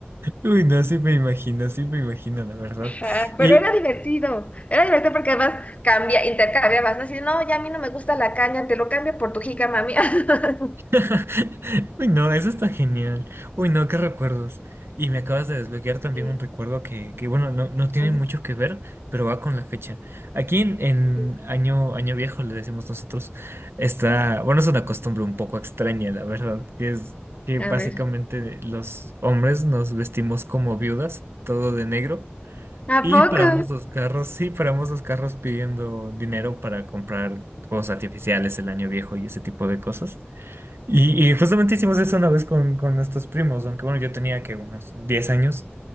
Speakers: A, on the right (about 80°); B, on the left (about 35°).
A: Uy, no, sí me imagino, sí me imagino, la verdad.
B: Ajá,
A: Y,
B: pero era divertido, era divertido porque además cambia, intercambiabas, ¿no? Así, no, ya a mí no me gusta la caña, te lo cambio por tu jícama mía. <laughs>
A: <laughs> uy, no, eso está genial. Uy, no, qué recuerdos. Y me acabas de desbloquear también
B: Sí,
A: un recuerdo que, que bueno, no, no tiene
B: a ver.
A: mucho que ver, pero va con la fecha. Aquí en, en
B: Ujú,
A: año, año viejo, le decimos nosotros, está, bueno, es una costumbre un poco extraña, la verdad, que es que básicamente
B: A ver.
A: los hombres nos vestimos como viudas, todo de negro.
B: ¿A
A: Y
B: poco?
A: paramos los carros, sí, paramos los carros pidiendo dinero para comprar fuegos artificiales, el año viejo y ese tipo de cosas. Y, y justamente hicimos eso una vez con, con nuestros primos, aunque bueno, yo tenía que unos 10 años